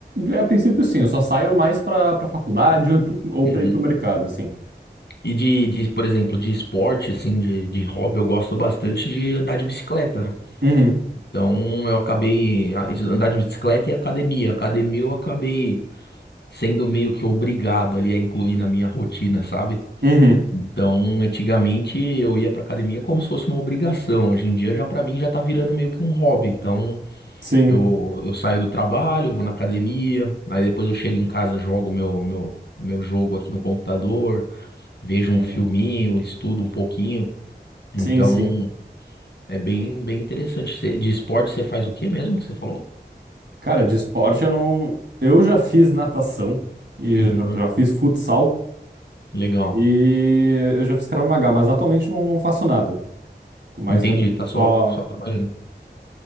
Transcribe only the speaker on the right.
é, a princípio sim, eu só saio mais pra, pra faculdade ou, pro- ou
pra ir pro mercado, assim.
Uhum,
uhum,
sim,
sim,
sim, sim.
Cara, de esporte eu não... Eu já fiz natação e
já já fiz futsal
e eu já fiz Krav Maga, mas atualmente não, não faço nada. Tô mais
realmente
só...